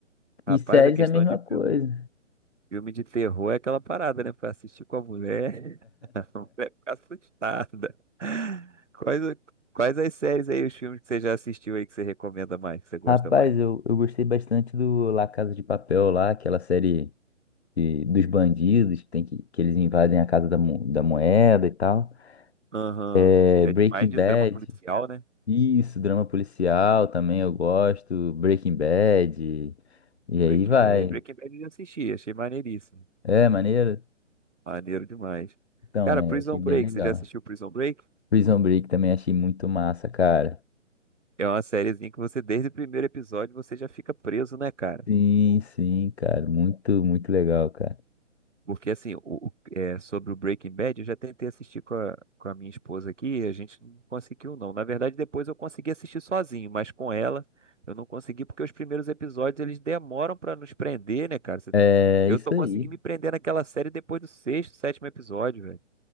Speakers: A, on the right; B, on the left.
A: Rapaz,
B: E séries
A: a questão
B: é a mesma
A: de filme,
B: coisa.
A: filme de terror é aquela parada, né? Pra assistir com a mulher, <laughs> a mulher fica assustada. Quais, o- quais as séries aí, os filmes que você já assistiu aí que você recomenda mais, que você gosta
B: Rapaz,
A: mais?
B: eu, eu gostei bastante do La Casa de Papel lá, aquela série que- dos bandidos, que tem que, que eles invadem a casa da, mo- da moeda e tal.
A: Aham.
B: É,
A: É
B: Breaking
A: mais de
B: Bad.
A: drama policial, né?
B: Isso, drama policial também eu gosto, Breaking Bad, e aí
A: Breaking
B: vai.
A: Bad. Breaking Bad eu já assisti, achei maneiríssimo.
B: É, maneiro?
A: Maneiro demais.
B: Então,
A: Cara, Prison
B: é, achei
A: Break,
B: bem legal.
A: você já assistiu Prison Break?
B: Prison Break também achei muito massa, cara.
A: É uma sériezinha que você, desde o primeiro episódio, você já fica preso, né, cara?
B: Sim, sim, cara, muito, muito legal, cara.
A: Porque assim, o, o- é, sobre o Breaking Bad, eu já tentei assistir com a, com a minha esposa aqui e a gente não conseguiu, não. Na verdade, depois eu consegui assistir sozinho, mas com ela eu não consegui porque os primeiros episódios eles demoram pra nos prender, né, cara? Você-
B: É
A: Eu
B: isso
A: só consegui
B: aí.
A: me prender naquela série depois do sexto, sétimo episódio, velho.